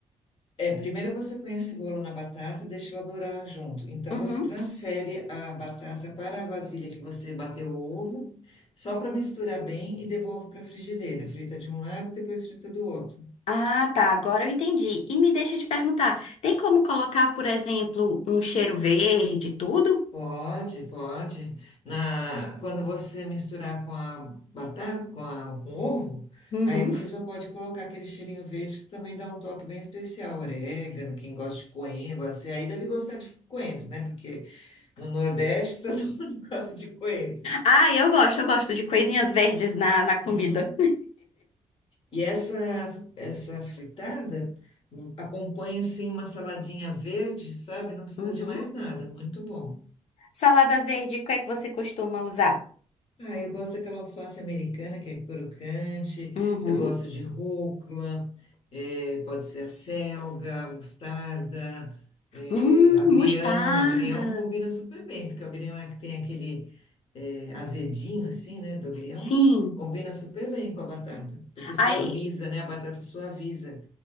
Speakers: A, on the left (about 60°); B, on the left (about 80°).
A: É, primeiro você põe a cebola na batata e deixa ela dourar junto. Então
B: Uhum.
A: você transfere a batata para a vasilha que você bateu o ovo, só para misturar bem e devolve para a frigideira. Frita de um lado, depois frita do outro.
B: Ah, tá, agora eu entendi. E me deixa te perguntar, tem como colocar, por exemplo, um cheiro verde, e tudo?
A: Pode, pode. Na, quando você misturar com a batata, com a, com o ovo,
B: Uhum.
A: aí você já pode colocar aquele cheirinho verde que também dá um toque bem especial. Orégano, quem gosta de coentro, você aí deve gostar de coentro, né? Porque No Nordeste, <laughs> todo mundo gosta de coentro.
B: Ah, eu gosto, eu gosto de coisinhas verdes na, na comida.
A: Uhum. E essa, essa fritada hum, acompanha, assim, uma saladinha verde, sabe? Não precisa
B: Uhum.
A: de mais nada, muito bom.
B: Salada verde, qual é que você costuma usar?
A: Ah, eu gosto daquela alface americana que é crocante,
B: Uhum.
A: eu gosto de rúcula, É, Pode ser a selga, a mostarda, é,
B: Hum,
A: agrião.
B: mostarda.
A: Agrião combina super bem, porque o agrião é que tem aquele é, azedinho, assim, né, do agrião.
B: Sim.
A: Combina super bem com a batata, porque suaviza,
B: Aí,
A: né? A batata suaviza